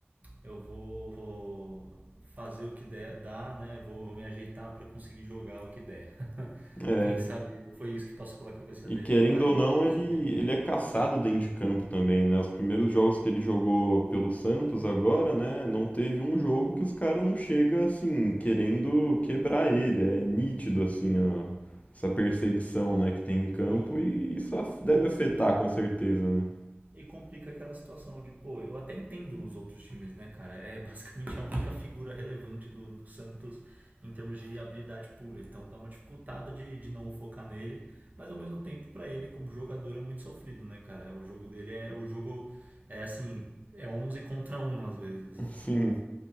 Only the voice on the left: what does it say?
É,
E
querendo
ou
não,
ele,
ele é caçado dentro de campo também, né? Os primeiros jogos que ele jogou pelo Santos agora, né? Não teve um jogo que os caras não chega assim, querendo quebrar ele. É nítido, assim, ó, essa perseguição, né, que tem em campo
e isso
af- deve
afetar com certeza, né?
<laughs> Sim.